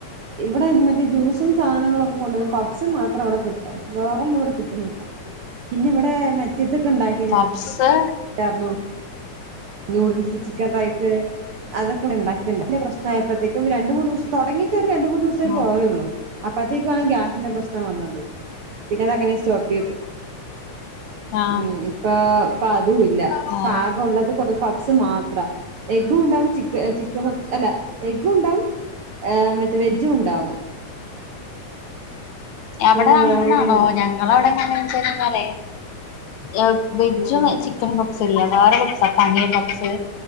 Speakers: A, on the right (about 65°); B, on the left (about 70°).
A: ഇവിടെ മറ്റേ ജ്യൂസും സാധനങ്ങളൊക്കെ കൊണ്ടുന്ന് പപ് സ് മാത്രം വടെ കിട്ടും വേറൊന്നും ഇവടെ കിട്ട്ണില്ല പിന്നെ ഇവടെ മറ്റേതെക്കെ ണ്ടാക്കിണ്ട്
B: പപ്സ്
A: <inaudible> നൂഡിൽസ് ചിക്കൻ റൈറ്റ് അതൊക്കെ ണ്ടാക്ക്ണ്ട് വെല്ല്യ പ്രശ്നായപ്പോഴ്ത്തേക്ക് രണ്ട് മൂന്ന് ദിസം തോടങ്ങിട്ട് ഒരു രണ്ട് മൂന്ന് ദിവസേ
B: ആഹ്
A: പോയുള്ളൂ. അപ്പത്തേക്കാണ് ഗ്യാസിന്റെ പ്രശ്നം വന്നത് പിന്നെ അതങ്ങനെ സ്റ്റോപ്പ് യ്ത്.
B: ആഹ്
A: ഉം ഇപ്പ ഇപ്പ അതും ഇല്ല
B: ആഹ്
A: പാകൊള്ളത് കൊറ പപ്സ് മാത്ര എഗ്ഗും ണ്ടാവും ചിക്കൻ പപ്സ് അല്ല എഗും ണ്ടാവു ഏഹ് മറ്റേ വെജും ണ്ടാകും.
B: അവടെ
A: പിന്നെ
B: അങ്ങനാണോ
A: വേറൊന്നുല്ല
B: ഞങ്ങളവടെ എങ്ങനന്ന് വെച്ചു കഴിഞ്ഞാലേ ല വെജും
A: ഉം
B: ചിക്കൻ പപ്സും ഇല്ല വേറെ പപ്സാ paneer puffs